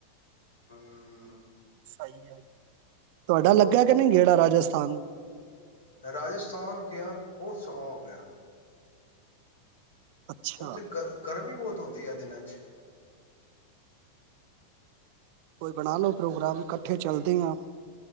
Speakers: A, on the left; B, on the right.
A: ਹਮ
B: ਸਹੀ ਹੈ ਤੁਹਾਡਾ
A: ਹੋਰ
B: ਲੱਗਾ ਕਿ ਨਹੀਂ ਗੇੜਾ ਰਾਜਸਥਾਨ
A: ਰਾਜਸਥਾਨ ਗਿਆ ਬਹੁਤ ਸੋਵਾਹ ਹੋ ਗਿਆ
B: ਅੱਛਾ
A: ਉੱਥੇ ਗ ਗਰਮੀ ਬਹੁਤ ਹੁੰਦੀ ਆ ਦਿਨਾਂ ਚ
B: ਕੋਈ ਬਣਾ ਲਓ ਪ੍ਰੋਗਰਾਮ ਇਕੱਠੇ ਚਲਦੇ ਹ